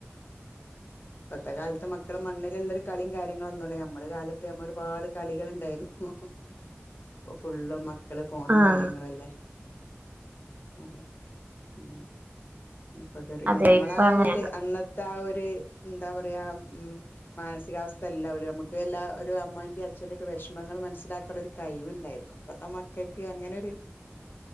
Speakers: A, on the left; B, on the right.
A: ഇപത്തെ കാലത്ത് മക്കള് മണ്ണിൽലുള്ളർ കളിയും കാര്യങ്ങളൊന്നുംല്ലേ നമ്മള് കാലത്ത് നമ്മ ഒരുപാട് കളികളുണ്ടായിരുന്നു ഇപ്പൊ ഫുള്ളും മക്കള് ഫോണും
B: ആഹ്
A: കാര്യങ്ങളുംല്ലേ അതെ ഉ ഇപ്പൊക്ക
B: അതെ
A: നമ്മളാ
B: ഇപ്പൊ അങ്ങനെയാണ്
A: ഒരു അന്നത്തെ ആ ഒരു എന്താ പറയാ ഉം മാനസികാവസ്ഥ അല്ല നമുക്ക് എല്ലാ ഒരു അമ്മൻറ അച്ഛ്ൻറെ ഒക്കെ വിഷമങ്ങൾ മനസിലാക്കാനുള്ളൊരു കഴിവുണ്ടായിരുന്നു ഇപ്പത്തെ മക്കൾക്ക് അങ്ങനൊരു